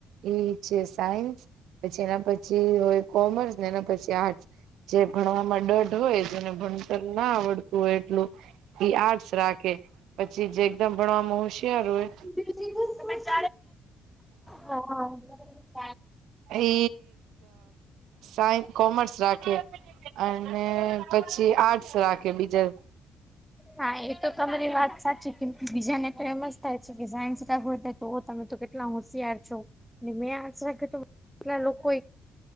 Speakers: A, on the right; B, in the centre.
A: એ છે સાયન્સ પછી એના પછી હોય કોમર્સ ને એના પછી આર્ટસ જે ભણવામાં ડઢ હોય જને ભણતર ના આવડતું હોય એટલું આર્ટસ રાખે પછી જે એકદમ ભણવામાં હોશિયાર હોય.
B: ચ હા
A: એ સાય કોમર્સ રાખે અને પછી આર્ટસ રાખે બીજા
B: હા એ તો તમારી વાત સાચી કે બીજા ને તો એમ જ થાય છે કે સાનસધ તો તમે તો કેટલા હોશિયાર છો મેં આશ રાખ કેટલા લોકો